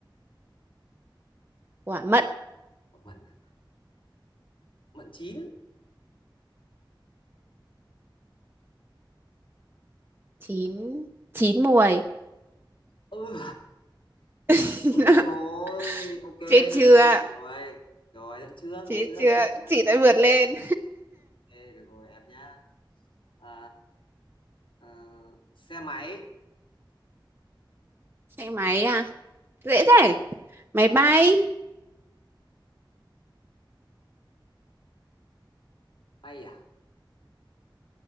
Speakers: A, on the right; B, on the left.
A: quả mận
B: Quả mận, à? mận chín.
A: chín chín muồi
B: Ừ.
A: <laughs>
B: Ôi chết rồi, ok,
A: chết chưa
B: ok, được rồi. Rồi, dẫn trước, dẫn
A: chết
B: trước,
A: chưa
B: được rồi.
A: chị đã vượt lên
B: Ok, được rồi, em nhá. À, ờ, xe máy,
A: <laughs> xe máy à dễ thế
B: thì
A: máy
B: nói
A: bay
B: chứ. bay à?